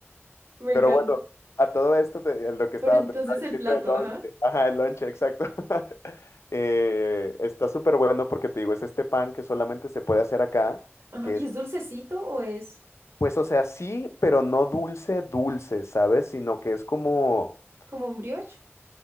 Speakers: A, on the right (about 60°); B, on the left (about 70°).
A: Me
B: Pero
A: encanta.
B: bueno, a todo esto, te- lo que estaba,
A: Pero entonces
B: te estaba
A: el
B: diciendo
A: plato,
B: el lonche.
A: ajá.
B: Ajá, el lonche, exacto. <laughs> Eh, está súper bueno porque te digo, es este pan que solamente se puede hacer acá,
A: Ajá.
B: que
A: ¿Y
B: es,
A: es dulcecito o es?
B: pues, o sea, sí, pero no dulce, dulce, ¿sabes? Sino que es como,
A: ¿Como un brioche?